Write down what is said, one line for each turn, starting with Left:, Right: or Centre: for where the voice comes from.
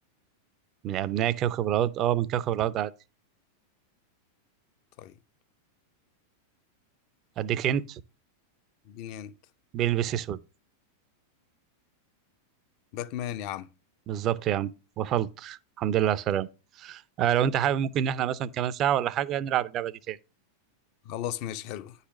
Right: من أبناء كوكب الأرض أه من كوكب الأرض عادي
Left: طيب
Right: أديك أنت
Left: اديني أنت
Right: بيلبس أسود
Left: باتمان يا عم
Right: بالظبط يا عم وصلت الحمد لله على السلامة آه لو أنت حابب ممكن إن إحنا مثلا كمان ساعة ولا حاجة نلعب اللعبة دي تاني
Left: خلاص ماشي حلو